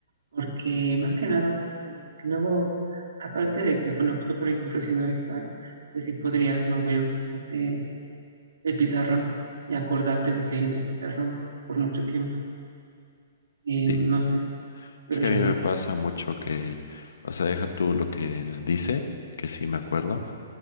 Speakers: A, on the right; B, on the left.
A: porque más que nada, pues luego, aparte de que, bueno, tú por ejemplo siendo visual, pues sí podrías no ver, no sé, el pizarrón y acordarte de que hay en el pizarrón por mucho tiempo. Eh,
B: Sí,
A: no sé, pero
B: es que
A: yo
B: a mí
A: no.
B: me pasa mucho que, o sea, deja tú lo que dice, que sí me acuerdo